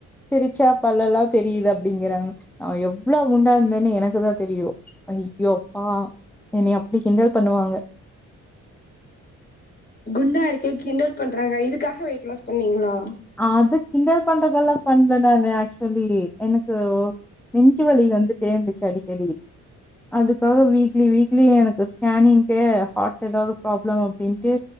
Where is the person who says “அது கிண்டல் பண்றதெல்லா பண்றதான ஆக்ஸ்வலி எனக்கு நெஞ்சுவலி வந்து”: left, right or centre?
Centre